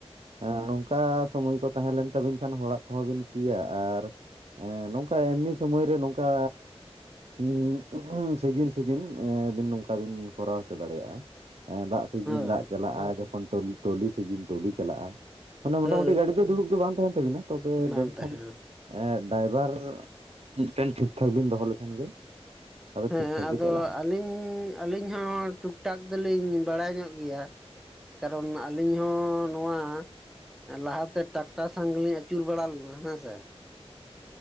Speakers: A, on the right (about 70°); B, in the centre.
A: ᱟ ᱱᱚᱝᱠᱟ ᱥᱚᱢᱚᱭ ᱠᱚ ᱛᱟᱦᱮᱸ ᱞᱮᱱ ᱛᱟᱵᱤᱱ ᱠᱷᱟᱱ ᱦᱚᱲᱟᱜ ᱠᱚᱦᱚᱸ ᱵᱤᱱ ᱥᱤᱭᱟ ᱟᱨ ᱮᱸ ᱱᱚᱝᱠᱟ ᱮᱢᱱᱤ ᱥᱚᱢᱚᱭ ᱨᱮ ᱱᱚᱝᱠᱟ ᱦᱩᱸ ᱥᱤᱡᱤᱱ ᱥᱤᱡᱤᱱ ᱮᱸ ᱱᱚᱝᱠᱟ ᱵᱤᱱ ᱠᱚᱨᱟᱣ ᱦᱚᱪᱚ ᱫᱟᱲᱮᱭᱟᱜᱼᱟ ᱮᱸ ᱫᱟᱜ ᱥᱤᱡᱤᱱ
B: ᱦᱳᱭ
A: ᱫᱟᱜ ᱪᱟᱞᱟᱜᱼᱟ, ᱡᱚᱠᱷᱚᱱ ᱴᱚᱞᱤ ᱴᱚᱞᱤ ᱥᱤᱡᱤᱱ ᱴᱚᱞᱤ ᱪᱟᱞᱟᱜᱼᱟ᱾ ᱢᱟᱱᱮ ᱢᱚᱴᱟᱢᱩᱴᱤ
B: ᱦᱳᱭ
A: ᱜᱟᱹᱲᱤ ᱫᱚ ᱫᱩᱲᱩᱵ ᱫᱚ ᱵᱟᱝ ᱛᱟᱦᱮᱱ ᱛᱟᱵᱤᱱᱟ ᱛᱚᱵᱮ
B: ᱵᱟᱝ
A: ᱢᱮᱱᱠᱷᱟᱱ
B: ᱛᱟᱦᱮᱱᱟ
A: ᱮᱸᱜ ᱰᱟᱭᱵᱷᱟᱨ ᱢᱤᱫᱴᱮᱱ ᱴᱷᱤᱠᱴᱷᱟᱠ ᱵᱤᱱ ᱫᱚᱦᱚ ᱞᱮᱠᱷᱟᱱ ᱜᱮ ᱟᱫᱚ
B: ᱦᱮᱸ
A: ᱴᱷᱤᱠ ᱴᱷᱟᱠ
B: ᱟᱫᱚ
A: ᱜᱮ ᱪᱟᱞᱟᱜᱼᱟ
B: ᱟᱹᱞᱤᱧ ᱟᱹᱞᱤᱧ ᱦᱚᱸ ᱴᱩᱠ ᱴᱟᱠ ᱫᱚᱞᱤᱧ ᱵᱟᱲᱟᱭ ᱧᱚᱜ ᱜᱮᱭᱟ᱾ ᱠᱟᱨᱚᱱ ᱟᱹᱞᱤᱧ ᱦᱚᱸ ᱱᱚᱣᱟ ᱞᱟᱦᱟᱛᱮ ᱴᱟᱠ ᱴᱟᱨ ᱥᱟᱝ ᱜᱤᱞᱤᱧ ᱟᱪᱩᱨ ᱵᱟᱲᱟ ᱞᱮᱱᱟ ᱦᱮᱸ ᱥᱮ᱾